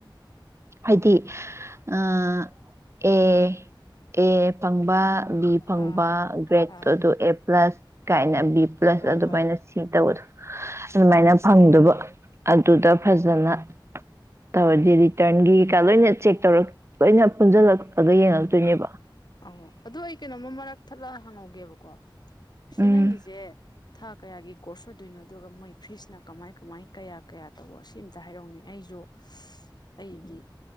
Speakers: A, on the right; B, on the left.
A: ꯍꯥꯏꯗꯤ ꯑꯦ ꯑꯦ ꯐꯪꯕ ꯐꯪꯕ
B: ꯑꯥ
A: ꯒ꯭ꯔꯦꯠ
B: ꯑꯥ
A: ꯑꯗꯨ ꯑꯦ ꯄ꯭ꯂꯁ ꯀꯥꯏꯅꯕꯤ ꯄ꯭ꯂꯁ
B: ꯍꯣꯏ
A: ꯑꯗꯨꯃꯥꯏꯅ
B: ꯍꯣꯏ
A: ꯁꯤ ꯇꯧ ꯑꯗꯨꯃꯥꯏꯅ ꯐꯪꯗꯕ ꯑꯗꯨꯗ ꯐꯖꯅ ꯇꯧꯋ ꯍꯥꯏꯗꯤ ꯔꯤꯇ꯭ꯔꯟꯒꯤ ꯀꯩꯀꯥ ꯂꯣꯏꯅ ꯆꯦꯛ ꯇꯧꯔ ꯂꯣꯏꯅ ꯄꯨꯟꯁꯤꯜꯂꯛꯂꯒ ꯌꯦꯡꯉꯛꯇꯣꯏꯅꯦꯕ
B: ꯑ ꯑꯗꯨ ꯑꯩ ꯀꯩꯅꯣꯃ ꯃꯔꯛ ꯊꯠꯂ ꯍꯪꯍꯧꯒꯦꯕꯀꯣ ꯁꯤ
A: ꯎꯝ
B: ꯅꯪꯒꯤꯁꯦ ꯊꯥ ꯀꯌꯥꯒꯤ ꯀꯣꯔꯁ ꯑꯣꯏꯗꯣꯏꯅꯣ ꯑꯗꯨꯒ ꯃꯣꯏ ꯐꯤꯁꯅ ꯀꯃꯥꯏ ꯀꯃꯥꯏ ꯀꯌꯥ ꯀꯌꯥ ꯇꯧꯕ ꯁꯤ ꯑꯇ ꯍꯥꯏꯔꯛꯅꯤ ꯑꯩꯁꯨ ꯑꯩꯒꯤ